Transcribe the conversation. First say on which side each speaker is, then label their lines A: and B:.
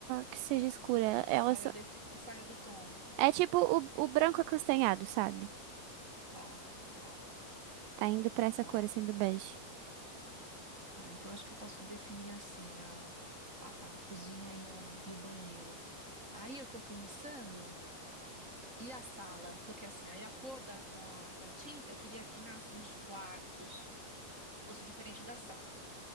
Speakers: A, on the right; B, on the right.
A: que seja escura.
B: que
A: Elas
B: saia
A: são-
B: desse, que saia do tom.
A: É tipo o, o branco acastanhado, sabe?
B: Tá, tá,
A: Tá indo pra essa
B: tá,
A: cor assim do bege.
B: tá. Então acho que eu posso definir assim a, a, a cozinha e, a, e o banheiro. Aí eu tô pensando. E a sala, porque assim, aí a cor da, da, da tinta eu queria que nas, nos quartos fosse diferente da sala.